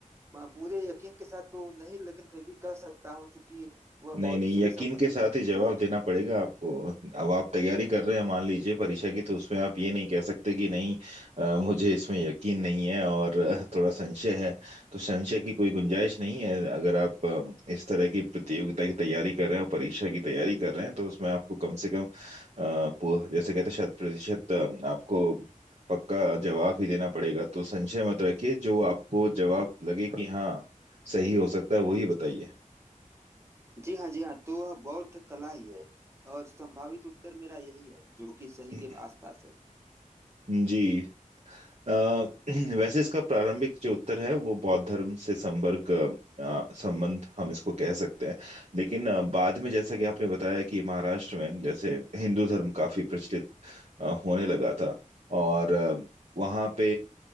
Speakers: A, on the right; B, on the right.
A: आ, पूरे यकीन के साथ तो नहीं लेकिन फिर भी कह सकता हूँ चूंकि वह
B: नहीं
A: बौद्ध
B: नहीं
A: से
B: यकीन
A: ही संबंधित
B: के साथ
A: चीजों
B: ही जवाब
A: को रिलेट
B: देना
A: कर
B: पड़ेगा आपको अब आप तैयारी कर रहे हैं मान लीजिए परीक्षा की तो उसमें आप ये नहीं कह सकते कि नहीं अ, मुझे इसमें यकीन नहीं है और <laughs> अ, थोड़ा संशय है तो संशय की कोई गुंजाइश नहीं है अगर आप अ, इस तरह की प्रतियोगिता की तैयारी कर रहे हैं और परीक्षा की तैयारी कर रहे हैं तो उसमें आपको कम से कम अ, पू- जैसे कहते हैं शत प्रतिशत अ, आपको पक्का जवाब ही देना पड़ेगा तो संशय मत रखिए जो आपको जवाब लगे कि हाँ सही हो सकता है वही बताइए
A: जी हाँ जी हाँ तो वह बौद्ध कला ही है और संभावित उत्तर मेरा यही है जो कि सही
B: <clears throat>
A: के आसपास है
B: जी अ, <clears throat> वैसे इसका प्रारंभिक जो उत्तर है वो बौद्ध धर्म से संपर्क अ, संबंध हम इसको कह सकते हैं लेकिन अ, बाद में जैसा कि आपने बताया कि महाराष्ट्र में जैसे हिंदू धर्म काफी प्रचलित अ, होने लगा था और अ, वहाँ पे